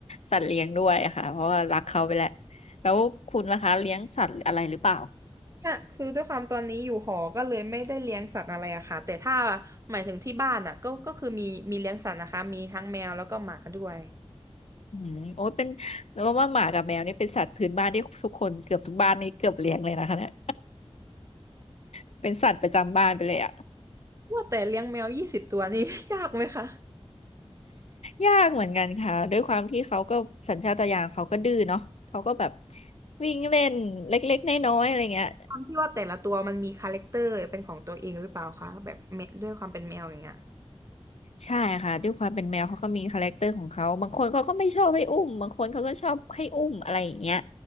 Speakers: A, on the left; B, on the right.
A: สัตว์เลี้ยงด้วยค่ะเพราะว่ารักเขาไปแหล้วแล้วคุณล่ะคะเลี้ยงสัตว์อะไรหรือเปล่า
B: เนี่ยคือด้วยความตอนนี้อยู่หอก็เลยไม่ได้เลี้ยงสัตว์อะไรอะค่ะแต่ถ้าหมายถึงที่บ้านอะก็ก็คือมีมีเลี้ยงสัตว์นะคะมีทั้งแมวแล้วก็หมาด้วย
A: อืมโอ้ยเป็นเราว่าหมากับแมวนี่เป็นสัตว์พื้นบ้านที่ทุกคนเกือบทุกบ้านนี่เกือบเลี้ยงเลยนะคะเนี่ย <laughs> เป็นสัตว์ประจำบ้านไปเลยอ่ะ
B: ว่าแต่เลี้ยงแมวยี่สิบตัวนี่ <laughs> ยากไหมคะ
A: ยากเหมือนกันค่ะด้วยความที่เขาก็สัญชาตญาณเขาก็ดื้อเนาะเขาก็แบบวิ่งเล่นเล็กๆน้อยๆอะไรเงี้ย
B: ความที่ว่าแต่ละตัวมันมีคาแรคเตอร์เป็นของตัวเองหรือเปล่าคะแบบแมวด้วยความเป็นแมวอย่างเงี้ย
A: ใช่ค่ะด้วยความเป็นแมวเขาก็มีคาแรคเตอร์ของเขาบางคนเขาก็ไม่ชอบให้อุ้มบางคนเขาก็ชอบให้อุ้มอะไรอย่างเงี้ย